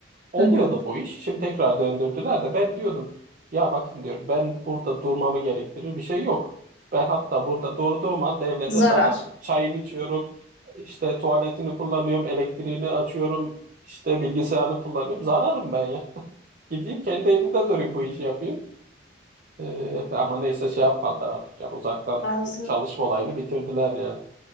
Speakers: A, on the right; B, on the left.
A: Oluyordu
B: hı hı.
A: bu iş. Şimdi tekrar döndürdüler de ben diyordum ya bakın diyorum ben burada durmamı gerektirir bir şey yok. Ben hatta burada durduğum an devlete
B: Zarar.
A: zarar. Çayını içiyorum, işte tuvaletini kullanıyorum, elektriğini açıyorum, işte bilgisayarını kullanıyorum. Zararım ben ya. <laughs> Gideyim kendi evimde durayım bu işi yapayım. Ee, ama neyse şey yapmadılar artık yani uzaktan
B: Bazı
A: e, çalışma olayını bitirdiler yani.